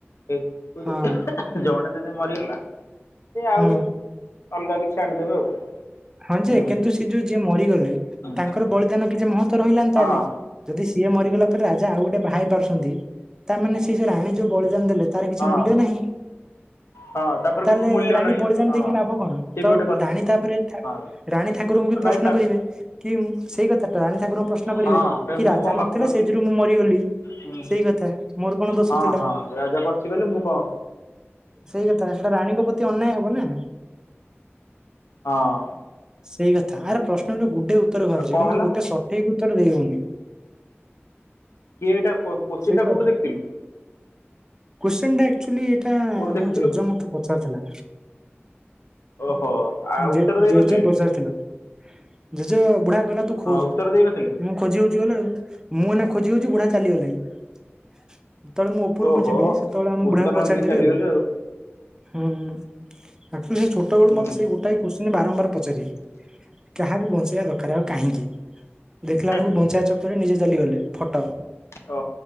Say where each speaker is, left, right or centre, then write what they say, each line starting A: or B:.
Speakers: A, on the left; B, on the right.
A: ତୁ
B: ହଁ
A: ଯଦି ତୁ ଯ ଜଣେ ଯଦି ମରିଗଲା ସେ ଆହୁରି
B: ହୁଁ
A: ଅଲଗା କିଛି ଛାଡ଼ି ଦେବେ ଆଉ କଣ
B: ହଁ ଯେ
A: ହୁଁ
B: କିନ୍ତୁ ସେ ଯୋଉ ଯିଏ ମରିଗଲେ
A: ହୁଁ
B: ତାଙ୍କର ବଳିଦାନ କିଛି ମହତ୍ଵ ରହିଲାନି
A: ହଁ
B: ତାହେଲେ ଯଦି ସିଏ ମରିଗଲା ପରେ ରାଜା ଆଉ ଗୋଟେ ବାହା ହେଇ ପାରୁଛନ୍ତି ତାମାନେ ସେ ସେଇ ରାଣୀ ଯୋଉ ବଳିଦାନ ଦେଲେ ତାର କିଛି
A: ହଁ
B: ମୂଲ୍ୟ ନାହିଁ।
A: ହଁ ତାଙ୍କର
B: ତାହେଲେ
A: କିଛି ମୂଲ୍ୟ
B: ଏ ରାଣୀ
A: ନାହିଁ
B: ବଳିଦାନ୍
A: ହଁ।
B: ଦେଇକି ଲାଭ କଣ?
A: ସେ
B: ତ
A: ବି ଗୋଟେ କଥା
B: ରାଣୀ ତାପରେ
A: ହଁ
B: ରାଣୀ ଠାକୁରଙ୍କୁ ବି ପ୍ରଶ୍ନ
A: ନାଇଁ ତା
B: କରିବେ କି ସେଇ କଥାଟା ରାଣୀ ଠାକୁରଙ୍କୁ ପ୍ରଶ୍ନ କରିବେ
A: ହଁ କାଇଁ
B: କି
A: ମୁଁ
B: ରାଜା
A: କଣ
B: ନଥିଲେ
A: ପାପ କରିଥିଲି।
B: ସେଯୁଗୁରୁ ମୁଁ ମରିଗଲି।
A: ହୁଁ
B: ସେଇ କଥା ମୋର କଣ ଦୋଷ
A: ହଁ
B: ଥିଲା?
A: ହଁ ରାଜା ବଞ୍ଚିଗଲେ ମୁଁ କଣ
B: ସେଇ କଥା ସେଟା ରାଣୀଙ୍କ ପ୍ରତି ଅନ୍ୟାୟ ହବ ନା?
A: ହଁ।
B: ସେଇ କଥା ଆରେ ପ୍ରଶ୍ନ ଗୁଡିଏ ଉତ୍ତର ବାହାରୁଛି
A: କଣ
B: କିନ୍ତୁ
A: ହେଲା
B: ଗୋଟେ ସଠିକ ଉତ୍ତର ଦେଇ ହଉନି।
A: କିଏ ଏଟା କୋ କୋଶ୍ଚିିନଟା
B: ସେଇ ତ
A: କଉଠୁ ଦେଖିଥିଲୁ?
B: କୋଶ୍ଚିିନଟା ଆକଚୁଆଲି ଏଇଟା
A: କୋଉଠୁ ଦେଖିଥିଲୁ?
B: ମୋ ଜେଜଙ୍କଠୁ ମତେ ପଚାରୁଥିଲା।
A: ଓହୋ ଆଉ ଉତ୍ତର
B: ଜ
A: ଦେଇନଥିଲେ
B: ଜେଜେ ପଚାରୁ ଥିଲା। ଜେଜେ ବୁଢା କହିଲା ତୁ ଖୋଜ
A: ହଁ ଉତ୍ତର ଦେଇନଥିଲେ
B: ମୁଁ ଖୋଜି ହଉଛି ଏନା ମୁଁ ଏଇନା ଖୋଜି ହଉଛି ବୁଢା ଚାଲିଗଲାଣି। ଯେତେବେଳେ ମୁଁ ଉପରକୁ
A: ଓହୋ
B: ଯିବି ସେତେବେଳେ ଆମ
A: ଉତ୍ତର
B: ବୁଢାକୁ ପଚାରିଦେବି
A: ନ ଦେଇ ଚାଲିଗଲେ
B: ଆଉ ହୁଁ। ସେ ଛୋଟବେଳ
A: ହୁଁ
B: ମୋତ ସେଇ ଗୋଟା କୋଶିନ୍ ବାରବାର ପଚାରି କାହାକୁ ବଞ୍ଚେଇବା ଦରକାର ଆଉ କାହିଁକି? ଦେଖିଲା
A: ହେଁ,
B: ବେଳକୁ ବଞ୍ଚା ଚକରେ ନିଜେ ଚାଲିଗଲେ ଫଟୋ
A: ଓ